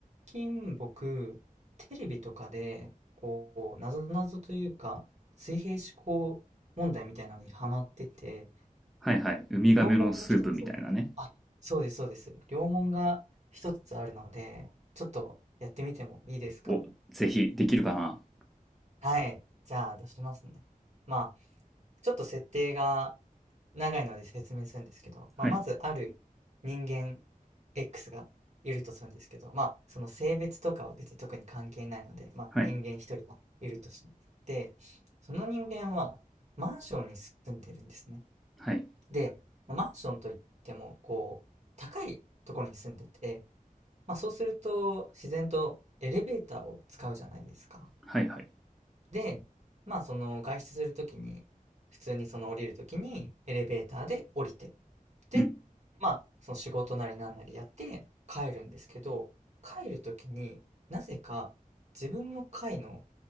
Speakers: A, on the right; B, in the centre.
A: 近僕、テレビとかで、こう、なぞなぞというか、水平思考問題みたいなのにハマってて、
B: はいはい。ウミガメのスープみたいなね。
A: 両門が一つ、あ、そうです、そうです。両門が一つあるので、ちょっとやってみてもいいですか
B: を、ぜひ、できるかな。
A: はい。じゃあ出しますね。まあ、ちょっと設定が長いので説明するんですけど、まあ、
B: はい、
A: まずある人間 X がいるとするんですけど、まあ、その性別とかは別に特に関係ないので、まあ、
B: はい、
A: 人間一人がいるとして、その人間はマンションに住んでるんですね。
B: はい、
A: で、まあマンションといっても、こう、高いところに住んでて、まあ、そうすると自然とエレベーターを使うじゃないですか。
B: はい、はい。
A: で、まあその外出するときに、普通にその降りるときにエレベーターで降りて、で、
B: うん、
A: まあその仕事なりなんなりやって帰るんですけど、帰るときになぜか自分の階の、